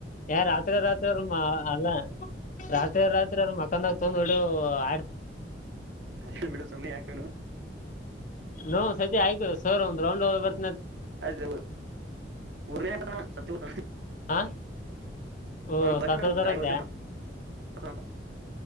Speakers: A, on the left (about 45°); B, on the right (about 80°).
A: ಏ ರಾತ್ರಿ ರಾತ್ರಿ ಅವ್ರರು ಅಲ್ಲ ರಾತ್ರಿ ರಾತ್ರಿ ಅವ್ರ ಮಕಾನಾಗ ತೊೊಂಡ್ ನೋಡಿ. ಆ.
B: ಆಯ ಮೇಡಮ ಸುಮನೆ ಯಾಕ ನ
A: ನೋ್ ಸದ ಆಯ್ ಸರ್ ಒಂದ್ ರೌಂಡ್ ಬರ್ತ
B: ಅದು ಉರುಟ್ಟಣ ಸತ್ಯ ಬ
A: ಹ ಓ
B: ಗೊತ್ತಿಲ್ಲ
A: ಸ ಹದಾರ
B: ಒಂದು ಗಾಡಿ
A: ಅಂದ
B: ಓಡ್ಸಕ್ ಬರ್ತದ ಅಂತ